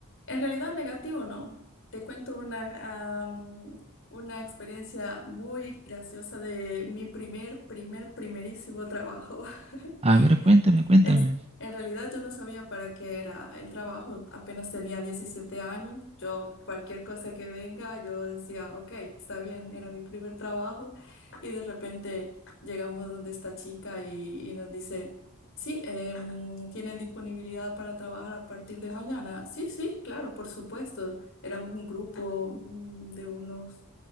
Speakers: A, on the left (about 60°); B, on the right (about 30°).
A: En realidad negativo no. Te cuento una, am, una experiencia muy graciosa de mi primer, primer, primerísimo trabajo. <laughs>
B: A ver, cuéntame, cuéntame.
A: Ex- En realidad yo no sabía para qué era el trabajo, apenas tenía 17 años, yo cualquier cosa que venga, yo decía, ok, está bien, era mi primer trabajo y de repente llegamos donde esta chica y, y nos dice, Sí, em, ¿tienen disponibilidad para trabajar a partir de mañana? Sí, sí, claro, por supuesto. Éramos un grupo mm, de unos